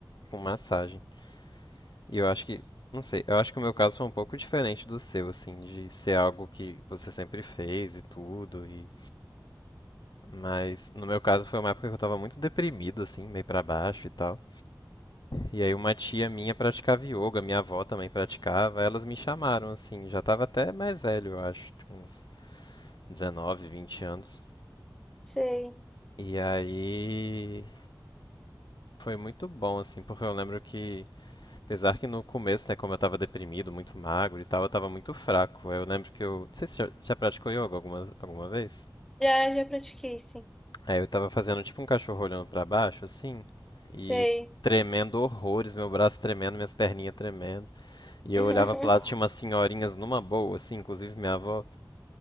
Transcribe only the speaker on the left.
com massagem. E eu acho que, não sei, eu acho que o meu caso foi um pouco diferente do seu, assim, de ser algo que você sempre fez e tudo. E, mas no meu caso foi uma época que eu tava muito deprimido, assim, meio pra baixo e tal. E aí uma tia minha praticava yoga, minha avó também praticava, elas me chamaram assim, já estava até mais velho, eu acho, tinha uns 19, 20 anos.
E aí foi muito bom assim, porque eu lembro que apesar que no começo, né, como eu estava deprimido, muito magro e tal, eu estava muito fraco. Aí Eu lembro que eu, não sei se já, já praticou yoga alguma alguma vez.
Aí eu tava fazendo tipo um cachorro olhando pra baixo assim, e
tremendo horrores, meu braço tremendo, minhas perninhas tremendo. E eu
olhava pro lado, tinha umas senhorinhas numa boa, assim, inclusive minha avó.